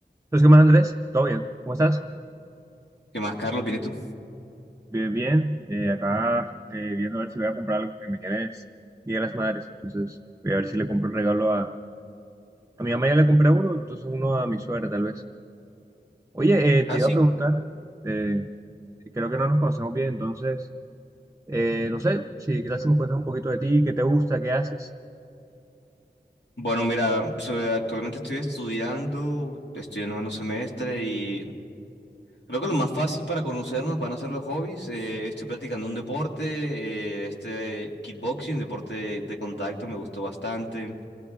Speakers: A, on the right; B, on the left.
A: Entonces, ¿qué más, Andrés? ¿Todo bien? ¿Cómo estás?
B: ¿Qué más, Carlos? ¿Viene tú?
A: Bien, bien. Eh, acá eh, viendo a ver si voy a comprar algo que mañana es Día de las Madres. Entonces voy a ver si le compro un regalo a... A mi mamá ya le compré uno, entonces uno a mi suegra tal vez. Oye, eh,
B: Ah,
A: te iba
B: sí.
A: a preguntar, eh, creo que no nos conocemos bien, entonces, eh, no sé, si quizás si me cuentas un poquito de ti, qué te gusta, qué haces.
B: Bueno, mira, so- actualmente estoy estudiando, estoy en noveno semestre y creo que lo más fácil para conocernos van a ser los hobbies. Eh, estoy practicando un deporte, eh, este kickboxing, deporte de, de contacto, me gustó bastante.